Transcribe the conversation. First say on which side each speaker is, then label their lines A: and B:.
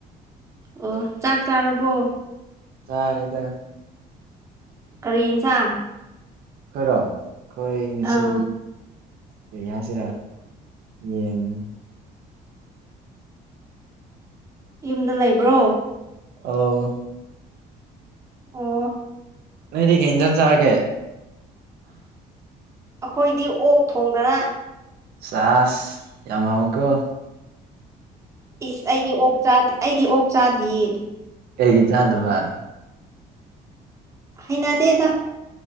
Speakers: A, on the right; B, on the right.
A: ꯑꯣ ꯆꯥꯛ ꯆꯥꯔꯕꯣ꯫
B: ꯆꯥꯔꯦꯗ꯫
A: ꯀꯔꯤ ꯏꯟꯁꯥꯡ꯫
B: ꯈꯣꯏꯔꯣ ꯑꯩꯈꯣꯏ ꯉꯁꯤ꯫
A: ꯑꯥ
B: ꯀꯩ ꯍꯥꯏꯁꯤꯔꯥ ꯌꯦꯟꯗꯦꯝ꯫
A: ꯌꯨꯝꯗ ꯂꯩꯕ꯭ꯔꯣ꯫
B: ꯑꯥꯎ꯫
A: ꯑꯣ
B: ꯅꯣꯏꯗꯤ ꯀꯦ ꯏꯟꯖꯟ ꯆꯔꯒꯦ꯫
A: ꯑꯩꯈꯣꯏꯗꯤ ꯑꯣꯛ ꯊꯣꯡꯗꯅ꯫
B: ꯁꯥꯁ ꯌꯥꯝ ꯃꯜꯂꯦꯀꯣ꯫
A: ꯏꯁ ꯑꯩꯗꯤ ꯑꯣꯛ ꯆꯥꯗꯦ ꯑꯩꯗꯤ ꯑꯣꯛ ꯆꯥꯗꯤꯌꯦ꯫
B: ꯀꯩꯒꯤ ꯆꯥꯗꯕ꯫
A: ꯍꯩꯅꯗꯦꯗ꯫